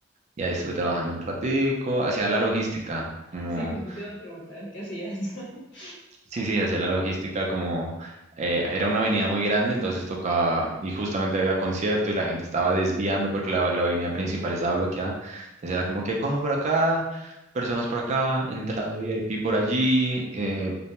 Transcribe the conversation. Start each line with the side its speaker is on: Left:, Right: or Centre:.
Right: y ahí estuve trabajando un ratico, hacía la logística,
Left: Así
Right: como
Left: justo te iba a preguntar, ¿qué hacías? <laughs>
Right: Sí, sí, hacía la logística como eh, era una avenida muy grande, entonces tocaba y justamente había concierto y la gente estaba desviando porque la, la avenida principal estaba bloqueada. Entonces era como que cojan por acá, personas por acá, entrada VIP por allí, eh,